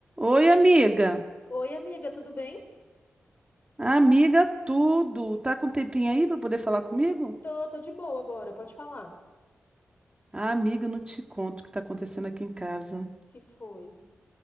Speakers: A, on the right; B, on the left.
A: Oi, amiga.
B: Oi, amiga, tudo bem?
A: Amiga, tudo. Tá com um tempinho aí para poder falar comigo?
B: Tô, tô de boa agora, pode falar.
A: Ah, amiga, eu não te conto o que tá acontecendo aqui em casa.
B: Que foi?